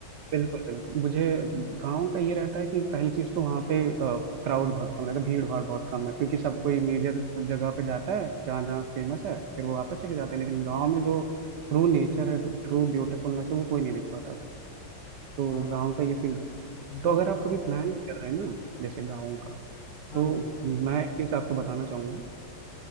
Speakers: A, on the right; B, on the left.
A: बिल्कुल बिल्कुल मुझे गांव का ये रहता है कि पहली चीज तो वहाँ पे क्राउड बहुत कम रहता है भीड़ भाड़ बहुत कम है क्योंकि सब कोई मेजर जगह पे जाता है जहाँ जहाँ फेमस है फिर वो वापस चले जाते हैं लेकिन गांव में जो ट्रू नेचर है ट्रू ब्यूटीफुलनेस है वो कोई नहीं देख पाता तो
B: हाँ
A: गांव का ये सीन तो
B: गाँव
A: अगर आप कभी प्लान भी कर रहे हैं ना जैसे गाँव का
B: हाँ
A: तो
B: भाई
A: मैं एक चीज आपको बताना चाहूंगा